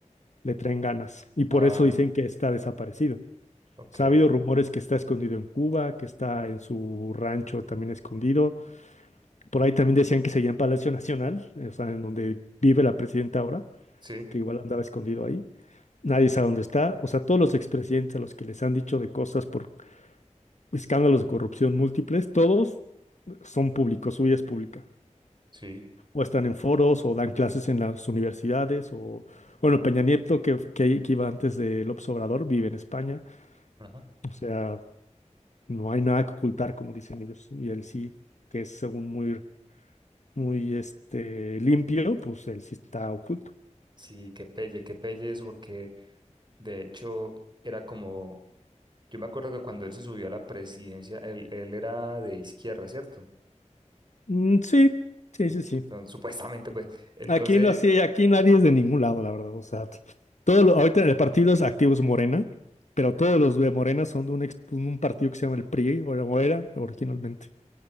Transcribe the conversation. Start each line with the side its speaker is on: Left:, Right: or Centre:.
Left: le traen ganas y por
Right: ah,
Left: eso dicen que está desaparecido.
Right: ok,
Left: sea, ha habido rumores que está escondido en Cuba, que está en su rancho también escondido. Por ahí también decían que seguía en Palacio Nacional, eh, o sea, en donde vive la presidenta ahora,
Right: sí,
Left: que igual andaba escondido ahí. Nadie sabe dónde está. O sea, todos los expresidentes a los que les han dicho de cosas por escándalos de corrupción múltiples, todos son públicos, su vida es pública.
Right: sí.
Left: O están en foros, o dan clases en las universidades, o, bueno, Peña Nieto, que, que, que iba antes de López Obrador, vive en España.
Right: ajá.
Left: O sea, No hay nada que ocultar, como dicen ellos. Y él sí, que es según muy, muy este, limpio, pues él sí está oculto.
Right: Sí, que pelle, que pelle eso, porque de hecho era como, yo me acuerdo que cuando él se subió a la presidencia, él, él era de izquierda, ¿cierto?
Left: Mm, sí, sí,
Right: Entonces,
Left: sí, sí.
Right: supuestamente, pues, entonces,
Left: Aquí no así, aquí nadie es de ningún lado, la verdad. O sea, todo lo- ahorita el partido es activo es Morena, pero todos los de Morena son de un, ex- un partido que se llama el PRI, o la- o era originalmente,